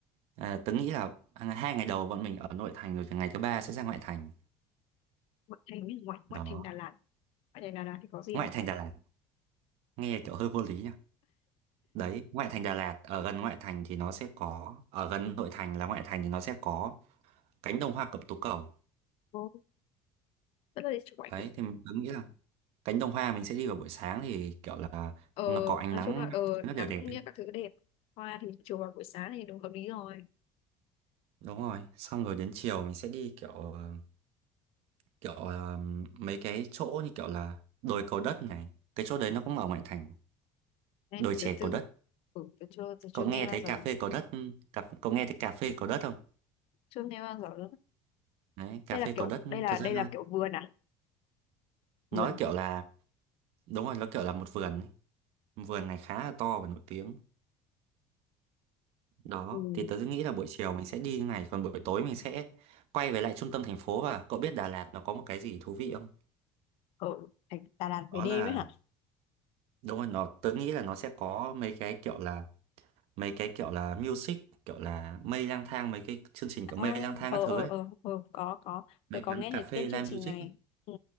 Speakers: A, on the right (about 70°); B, on the left (about 65°).
A: à, tớ nghĩ là à, hai ngày đầu bọn mình ở nội thành rồi thì ngày thứ ba sẽ ra ngoại thành
B: ngoại thành ấy, ngoại
A: đó
B: ngoại thành Đà Lạt ngoại thành Đà Lạt thì có gì
A: ngoại
B: không
A: thành Đà Lạt nghe kiểu hơi vô lý nhỉ đấy ngoại thành Đà Lạt ở gần ngoại thành thì nó sẽ có ở gần nội thành là ngoại thành thì nó sẽ có cánh đồng hoa cẩm tú cầu
B: Có. rất là đi chụp ảnh
A: đấy thì mình cứ nghĩ là cánh đồng hoa mình sẽ đi vào buổi sáng thì kiểu là
B: ờ
A: nó có ánh
B: nói
A: nắng
B: chung là ờ
A: nó
B: nắng
A: đều đẹp
B: cũng
A: đấy
B: như các thứ đẹp hoa thì chiều và buổi sáng thì đúng hợp lý rồi
A: đúng rồi xong rồi đến chiều mình sẽ đi kiểu ờ, kiểu ờ, mấy cái chỗ như kiểu là đồi cầu đất này cái chỗ đấy nó cũng ở ngoại thành
B: nay
A: đồi
B: thì
A: chè
B: tôi chưa
A: cầu đất
B: ừ, tôi chưa tôi
A: cậu
B: chưa nghe
A: nghe
B: bao
A: thấy
B: giờ
A: cà phê cầu đất cà, cậu nghe thấy cà phê cầu đất không
B: chưa nghe bao giờ nữa
A: đấy cà
B: đây
A: phê
B: là kiểu
A: cầu đất
B: đây là
A: thật ra
B: đây là kiểu vườn à vườn
A: nói kiểu là đúng rồi nó kiểu là một vườn ấy. vườn này khá là to và nổi tiếng Đó,
B: ừ.
A: thì tớ nghĩ là buổi chiều mình sẽ đi như này, còn buổi tối mình sẽ quay về lại trung tâm thành phố và cậu biết Đà Lạt nó có một cái gì thú vị không?
B: ở thành Đà Lạt
A: Đó
B: về đêm
A: là,
B: ấy hả
A: đúng rồi, nó, tớ nghĩ là nó sẽ có mấy cái kiểu là, mấy cái kiểu là music, kiểu là mây lang thang, mấy cái chương trình kiểu
B: à
A: mây lang thang
B: ờ
A: các thứ
B: ờ
A: ấy,
B: ờ ờ có có
A: mấy
B: tôi có
A: quán
B: nghe
A: cà
B: thấy
A: phê
B: tên chương
A: live music
B: trình này
A: ấy.
B: ừ.